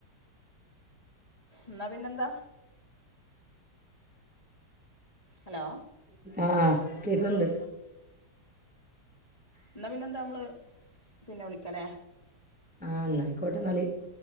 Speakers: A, on the left (about 20°); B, in the centre.
A: എന്ന പിന്നെന്താ ഹലോ
B: ആഹ് കേക്കണ്ട്
A: എന്താ പിന്നെ എന്താ നമ്മള് പിന്നെ വിളിക്കലേ
B: ആഹ എന്നന്നായിക്കോട്ടെ നളി